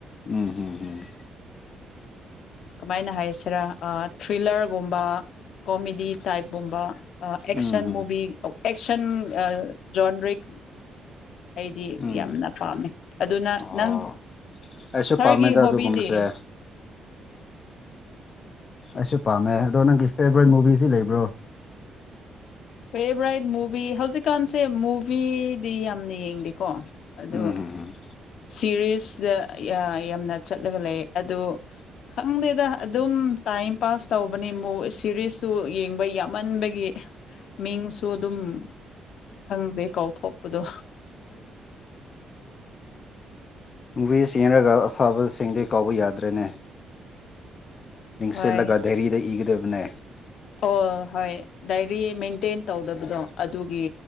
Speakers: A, on the left (about 45°); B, on the left (about 70°).
A: ꯎꯝ ꯎꯝ ꯎꯝ
B: ꯀꯃꯥꯏꯅ ꯍꯥꯏꯁꯤꯔꯥ ꯊ꯭ꯔꯤꯂꯔꯒꯨꯝꯕ ꯀꯣꯃꯦꯗꯤ ꯇꯥꯏꯞꯀꯨꯝꯕ ꯑꯦꯛꯁꯟ
A: ꯎꯝ ꯎꯝ
B: ꯃꯨꯚꯤ ꯑꯦꯛꯁꯟ ꯖ‌ꯣꯟꯔꯤꯛ ꯑꯩꯗꯤ
A: ꯎꯝ
B: ꯌꯥꯝꯅ ꯄꯥꯝꯃꯦ ꯑꯗꯨꯅ
A: ꯑꯣ
B: ꯅꯪ
A: ꯑꯩꯁꯨ
B: ꯁꯥꯔꯒꯤ
A: ꯄꯥꯝꯃꯦꯗ
B: ꯍꯣꯕꯤꯗꯤ
A: ꯑꯗꯨꯒꯨꯝꯕꯁꯦ ꯑꯩꯁꯨ ꯄꯥꯝꯃꯦ ꯑꯗꯣ ꯅꯪꯒꯤ ꯐꯦꯚꯣꯔꯥꯏꯠ ꯃꯨꯚꯁꯤ ꯂꯩꯕ꯭ꯔꯣ
B: ꯐꯦꯚ꯭ꯔꯥꯏꯠ ꯃꯨꯚꯤ ꯍꯧꯖꯤꯛꯀꯥꯟꯁꯦ ꯃꯨꯚꯤꯗꯤ ꯌꯥꯝꯅ ꯌꯦꯡꯗꯦꯀꯣ ꯑꯗꯨ
A: ꯎꯝ ꯍꯝ ꯎꯝ
B: ꯁꯤꯔꯤꯁꯇ ꯌꯥꯝꯅ ꯆꯠꯂꯒ ꯂꯩꯌ‌ꯦ ꯑꯗꯨ ꯈꯪꯗꯦꯗ ꯑꯗꯨꯝ ꯇꯥꯏꯝ ꯄꯥꯁ ꯇꯧꯕꯅꯤ ꯃꯨ ꯁꯤꯔꯤꯁꯁꯨꯨ ꯌꯦꯡꯕ ꯌꯥꯝꯃꯟꯕꯒꯤ ꯃꯤꯡꯁꯨ ꯑꯗꯨꯝ ꯐꯪꯗꯦ ꯀꯥꯎꯊꯣꯛꯄꯗꯣ
A: ꯃꯨꯚꯤꯁ ꯌꯦꯡꯔꯒ ꯑꯐꯕꯁꯤꯡꯗꯤ ꯀꯥꯎꯕ ꯌꯥꯗ꯭ꯔꯦꯅꯦ ꯅꯤꯡꯁꯤꯜꯂꯒ
B: ꯍꯣꯏ
A: ꯗꯦꯔꯤꯗ ꯏꯒꯗꯕꯅꯦ
B: ꯑꯣ ꯍꯣꯏ ꯗꯥꯏꯔꯤ ꯃꯦꯟꯇꯦꯟ ꯇꯧꯗꯕꯗꯣ ꯑꯗꯨꯒꯤ